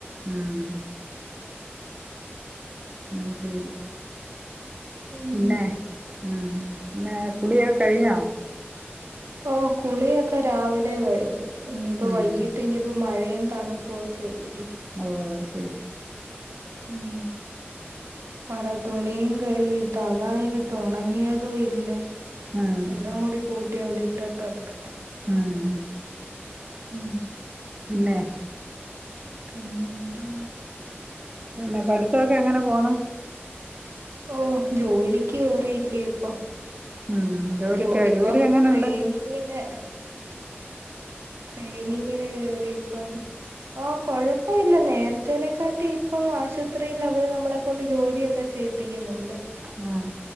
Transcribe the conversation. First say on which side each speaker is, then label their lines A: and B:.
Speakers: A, on the right; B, on the right.
A: ഉം ഉ ശരി
B: ഉം
A: പിന്നെ ഉം ന്നെ കുളിയൊക്കെ കഴിഞ്ഞോ
B: ഓ കുളിയൊക്കെ രാവിലെ കഴിഞ്ഞു ഇനിയിപ്പോ
A: ഉം
B: വൈകിട്ട് ഇനിയിപ്പോ മ ഴയും തണുപ്പുവൊക്കെയല്ലി
A: ഓ ശരി
B: ഉം പറ തുണിയും കഴുകിട്ട് അതായിരിട്ട് ഒണങ്ങിയതു ഇല്ല
A: ഉം
B: എല്ലാം കൂടി കൂട്ടി അവിടെ ഇട്ടിട്ടൊണ്ട്
A: ഉം ഉം
B: ഉം
A: പിന്നെ
B: പിന്നെന്താ
A: പിന്നെ പഠിത്തൊക്കെ എങ്ങനെ പോന്ന
B: ഓ ജോലിക്ക് കേറിയില്ലേ ഇപ്പൊ
A: ഉം ജോലിക്കാ
B: ജോ ഇപ്പം
A: ജോലി എങ്ങനുണ്ട്
B: ട്രെയിനിങ്ങിന് ട്രെയിനിങ്ങിന് കേറി ഇപ്പം ആ കൊഴപ്പമില്ല നേരത്തേനെക്കാട്ടി ഇപ്പം ആശുപത്രിയിൽ അവര് നമ്മളെ കൊണ്ട് ജോലിയൊക്കെ ചെയ്യിപ്പിക്കുന്നുണ്ട്
A: ഉം